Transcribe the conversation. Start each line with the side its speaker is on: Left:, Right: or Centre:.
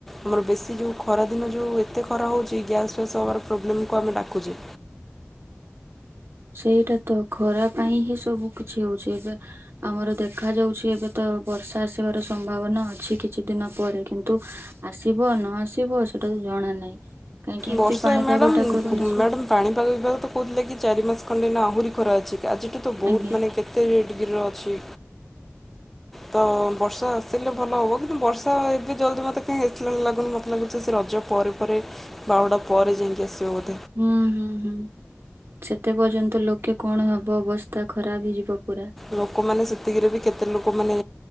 Centre: ଆମର ବେଶୀ ଯଉଁ ଖରା ଦିନ ଯଉଁ ଏତେ ଖରା ହେଉଛି ଗ୍ୟାସ୍ ଫ୍ୟାସ୍ ପ୍ରୋବ୍ଲେମ୍ କୁ ଆମେ ଡାକୁଛେ।
Right: ସେଇଟା ତ ଖରା ପାଇଁ ହିଁ ସବୁ କିଛି ହଉଛି ଆମର ଦେଖା ଯାଉଛି ଏବେ ତ ବର୍ଷା ଆସିବାର ସମ୍ଭାବନା ଅଛି କିଛି ଦିନ ପରେ କିନ୍ତୁ ଆସିବ ନ ଆସିବ ସେଟା ତ ଜଣା ନାହିଁ। କାହିଁକି ଏମିତି
Centre: ବର୍ଷା
Right: ପାଣିପାଗ
Centre: ମ୍ୟାଡାମ
Right: ଟା କରିଦେଇଛି
Centre: ମ୍ୟାଡାମ ପାଣିପାଗ ବିଭାଗ ତ କହୁଥିଲେ କି ଚାରି ମାସ ଖଣ୍ଡେ ନା ଆହୁରି ଖରା ଅଛି। ଆଜିଠୁ ତ ବହୁତ
Right: ଆଜ୍ଞା
Centre: ମାନେ କେତେ ଗିରି ରେ ଅଛି। ତ ବର୍ଷା ଆସିଲେ ଭଲ ହବ କିନ୍ତୁ ବର୍ଷା ଏବେ ଜଲଦି ମତେ କାହିଁ ଆସିଲା ଲାଗୁନି ମତେ ଲାଗୁଛି ସେ ରଜ ପରେ ପରେ ବାହୁଡା ପରେ ଯାଇକି ଆସିବ।
Right: ହୁଁ ହୁଁ ହୁଁ ସେତେ ପର୍ଯ୍ୟନ୍ତ ଲୋକେ କଣ ହବ ଅବସ୍ଥା ଖରାପ ହେଇଯିବ। ପୁରା
Centre: ଲୋକମାନେ ସେତିକିରେ ବି କେ କେତେ ଲୋକମାନେ